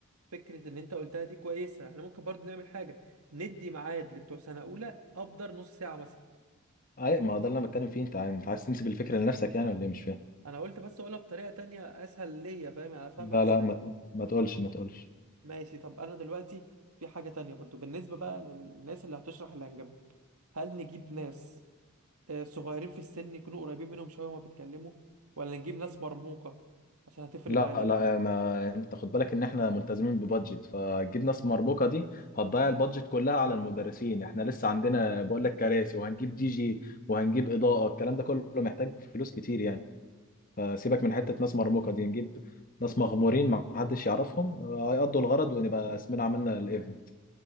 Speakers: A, on the right; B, on the left.
A: فكرة اللي انت قلتها دي كويسة احنا ممكن برضو نعمل حاجة ندي ميعاد لبتوع سنة اولى ابدر نص ساعة مثلا
B: أي ما هو ده اللي أنا بتكلم فيه أنت أنت عايز تنسب الفكرة لنفسك يعني ولا إيه مش فاهم
A: انا قلت بس اقولها بطريقة تانية اسهل ليا فاهم يعني افهمها
B: لا
A: اسهل
B: لا ما تقول- ما تقولش ما تقولش
A: ماشي طب انا دلوقتي في حاجة تانية برضو بالنسبة بقى للناس اللي هتشرح اللي هنجيبهم هل نجيب ناس آه، صغيرين في السن يكونوا قريبين منهم شوية وما بيتكلموا ولا نجيب ناس مرموقة عشان هتفرق
B: لا
A: معانا
B: لا ما انت خد بالك ان احنا ملتزمين ببادجت فهتجيب ناس مربوكه دي هتضيع البادجت كلها على المدرسين احنا لسه عندنا بقول لك كراسي وهنجيب دي جي وهنجيب اضاءه الكلام ده كله محتاج فلوس كتير يعني فسيبك من حته ناس مرموقه دي نجيب ناس مغمورين ما حدش يعرفهم آه، هيقضوا الغرض ونبقى اسمنا عملنا الايفنت